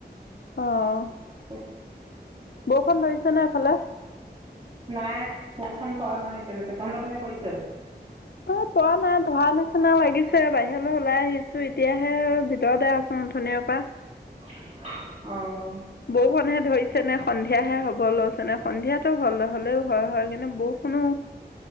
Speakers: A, on the left; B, on the right.
A: অ'।
B: <unintelligible>
A: বৰষুণ ধৰিছে নে সেফালে?
B: নাই, বৰষুণ পৰা নাই এতিয়ালৈকে, তহঁতৰ পিনে পৰিছে?
A: অ', পৰা নাই, ধৰা নিচিনা লাগিছে, বাহিৰলে ওলাই আহিছোঁ‌। এতিয়াহে ভিতৰতে আছোঁ‌। উম অথনীয়া পা।
B: অ'।
A: বৰষুণহে ধৰিছে নে, সন্ধিয়াহে হ'ব লৈছে নে, সন্ধিয়াটো হ-হ'লেও হয় হয় কিনো বৰষুণো